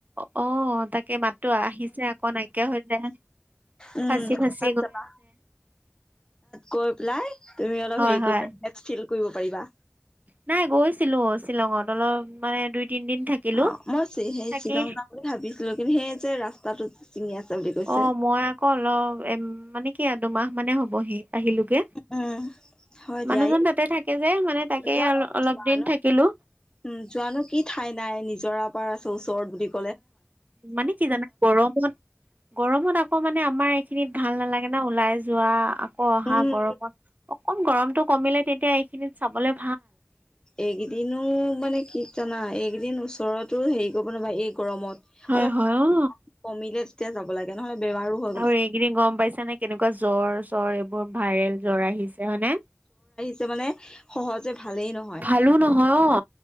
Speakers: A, on the right; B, on the left.
A: অ', তাকে মাতো আহিছে আকৌ নাইকিয়া হৈ যায়
B: উম
A: ফাঁচি, ফাচি
B: তাত যাবা গৈ পেলাই তুমি অলপ
A: হয়
B: হেৰি
A: হয়
B: কৰিবা কৰিব পাৰিবা
A: নাই গৈছিলো শ্বিলঙত অলপ মানে দুই তিনদিন থাকিলো
B: অ', মই সেই
A: থাকি
B: শ্বিলং যাওঁ বুলি ভাবিছিলো কিন্তু সেই যে ৰাস্তাটো চিঙি আছে বুলি কৈছে
A: অ', মই আকৌ অলপ এ মানে কি আৰু দুমাহ মানে হবহি আহিলোগে
B: উম হয় দিয়া
A: মানুহজন
B: এই
A: তাতে থাকে যে মানে তাকে
B: জানো
A: অলপ
B: জানো
A: দিন থাকিলো
B: উম, যোৱানো কি ঠাই নাই নিজৰা পাৰ আছে ওচৰত বুলি ক
A: মানে কি জানা গৰমত গৰমত আকৌ মানে আমাৰ এইখিনিত ভাল নালাগে ন ওলাই যোৱা ক অহা
B: উম
A: গৰমত অকন গৰমটো কমিলে তেতিয়া এইখিনিত চাবলৈ
B: এইকেইদিনো মানে কি জানা এইকদিন ওচৰতো হেৰি কৰিব নবা এই গৰমত
A: হয়
B: অলপ
A: হয় অ
B: কমিলে তেতিয়া যাব লাগে নহলে বেমাৰো হয় গম
A: আৰু এইকেইদিন গম পাইছানে কেনেকুৱা জ্বৰ চ্বৰ এইবোৰ ভাইৰেল জ্বৰ আহিছে হয়নে
B: যে মানে সহজে ভালেই নহয়
A: ভালো নহয় অ,